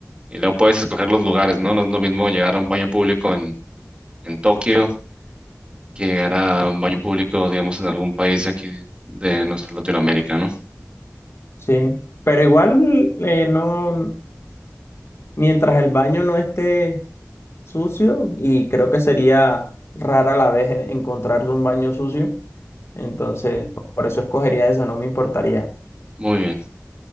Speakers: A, on the right; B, on the left.
A: Y luego puedes escoger los lugares, ¿no? No es lo mismo llegar a un baño público en, en Tokio que llegar a un baño público, digamos, en algún país de aquí de nuestra Latinoamérica, ¿no?
B: Sí, pero igual eh, no, mientras el baño no esté sucio, y creo que sería rara la vez encontrar un baño sucio, entonces por eso escogería esa, no me importaría.
A: Muy bien.